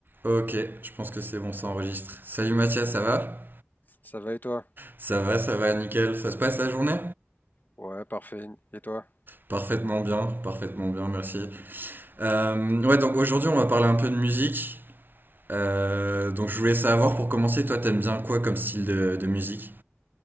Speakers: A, on the right; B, on the left.
A: Ok, je pense que c'est bon, ça enregistre. Salut Mathias, ça va?
B: Ça va et toi?
A: Ça va, ça va, nickel. Ça se passe la journée?
B: Ouais, parfait. Et toi?
A: Parfaitement bien, parfaitement bien, merci. Euh, ouais, donc aujourd'hui on va parler un peu de musique. Euh, donc je voulais savoir pour commencer, toi t'aimes bien quoi comme style de, de musique?